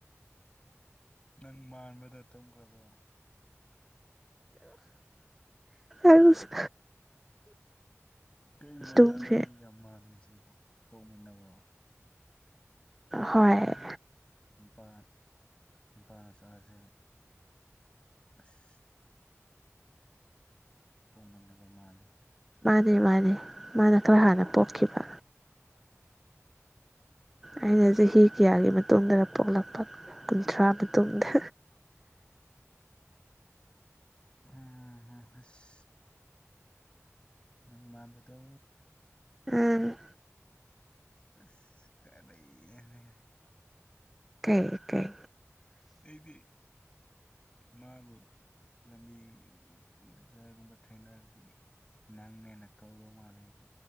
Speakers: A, on the left; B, in the centre.
A: ꯅꯪ ꯃꯥꯟꯕꯗ ꯇꯝꯈ꯭ꯔꯕꯣ
B: ꯑꯁ
A: ꯀꯩꯒꯤꯅꯣ
B: ꯇꯨꯝꯈ꯭ꯔꯦ
A: ꯅꯕꯥꯟꯅꯤ ꯌꯥꯝ ꯃꯅꯩꯁꯤꯕꯨ ꯄꯣꯛꯃꯤꯟꯅꯕ꯭ꯔꯣ
B: ꯍꯣꯏ
A: ꯅꯨꯄꯥ ꯅꯨꯄꯥ ꯃꯆꯥꯁꯦ ꯑꯁ ꯄꯣꯛꯃꯤꯟꯅꯕ ꯃꯥꯜꯂꯦ
B: ꯃꯥꯅꯦ ꯃꯥꯅꯦ ꯃꯥꯅ ꯈꯔ ꯍꯥꯟꯅ ꯄꯣꯛꯈꯤꯕ ꯑꯩꯅ ꯆꯍꯤ ꯀꯌꯥꯒꯤ ꯃꯇꯨꯡꯗ ꯄꯣꯛꯂꯛꯄ ꯀꯨꯟꯊ꯭ꯔꯥ ꯃꯇꯨꯡꯗ
A: ꯎꯝ ꯑꯁ ꯅꯪ ꯃꯥꯟꯕꯗꯣ
B: ꯎꯝ
A: ꯑꯁ ꯀꯔꯤꯅꯣꯅꯦ
B: ꯀꯩ ꯀꯩ
A: ꯑꯩꯗꯤ ꯎ ꯃꯥꯕꯨ ꯂꯝꯕꯤ ꯕꯖꯥꯔꯒꯨꯝꯕ ꯊꯦꯡꯅꯔꯗꯤ ꯅꯪꯅꯦꯅ ꯀꯧꯗꯧ ꯃꯥꯜꯂꯦ ꯑꯩꯗꯤ